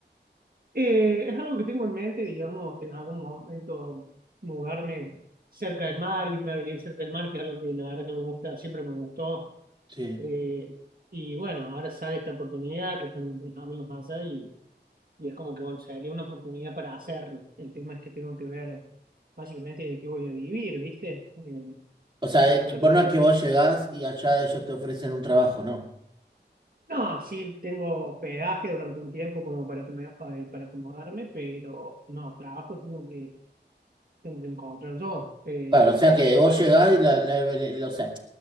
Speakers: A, on the right; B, on the right.
A: Eh, es algo que tengo en mente, digamos, en algún momento mudarme cerca del mar, irme a venir cerca del mar, que es algo que la verdad que me gusta, siempre me gustó.
B: Sí.
A: Eh, y bueno, ahora sale esta oportunidad que están mis amigos allá y, y es como que, bueno, sería una oportunidad para hacerlo. El tema es que tengo que ver básicamente de qué voy a vivir, ¿viste? Eh,
B: O sea,
A: y
B: eh,
A: aparte,
B: vos
A: bueno,
B: no es que vos llegás y allá ellos te ofrecen un trabajo, ¿no?
A: no, sí tengo hospedaje durante un tiempo como para, acom- para acomodarme, pero no, trabajo tengo que tengo que encontrar yo. Eh,
B: Claro, o sea
A: si
B: que
A: bien,
B: vos
A: bueno,
B: llegás y la, la- la- o sea,